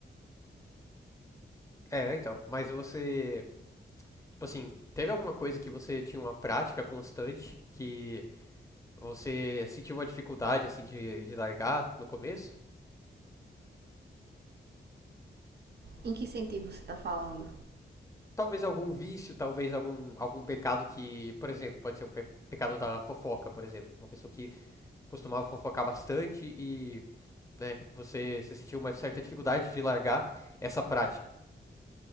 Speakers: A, on the left; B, on the right.
A: É, então. Mas você. Tipo assim, teve alguma coisa que você tinha uma prática constante que você sentiu uma dificuldade, assim, de, de largar no começo?
B: Em que sentido você está falando?
A: Talvez algum vício, talvez algum, algum pecado que, por exemplo, pode ser o pe- pecado da fofoca, por exemplo. Uma pessoa que costumava fofocar bastante e né, você, você sentiu uma certa dificuldade de largar essa prática.